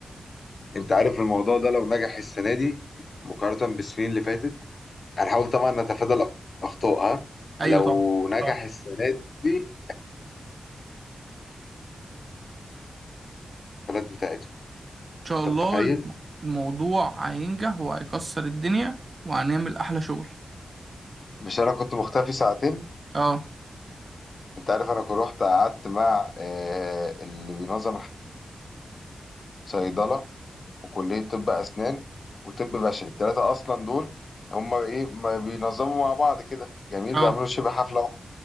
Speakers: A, on the left (about 45°); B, on the right (about 40°).
A: انت عارف الموضوع ده لو نجح السنة دي مقارنة بالسنين اللي فاتت هنحاول طبعا نتفادى الاخطاء ها
B: ايوه
A: لو
B: طبعا
A: نجح
B: آه. ان
A: السنة دي البلد بتاعتهم
B: شاء
A: انت
B: الله
A: متخيل
B: الموضوع هينجح وهيكسر الدنيا وهنعمل احلى شغل
A: مش انا كنت مختفي ساعتين
B: اه
A: انت عارف انا كنت رحت قعدت مع اه اللي بينظم الصيدلة وكلية طب أسنان وطب بشري التلاتة أصلا دول هما إيه ما بينظموا مع بعض كده جميل
B: اه
A: بيعملوا شبه حفلة واحدة